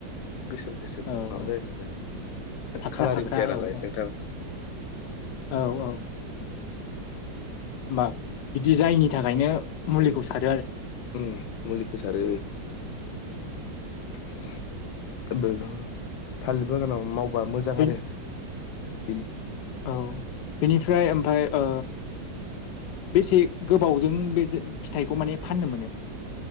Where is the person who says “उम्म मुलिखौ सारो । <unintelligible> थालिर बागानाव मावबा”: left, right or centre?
Left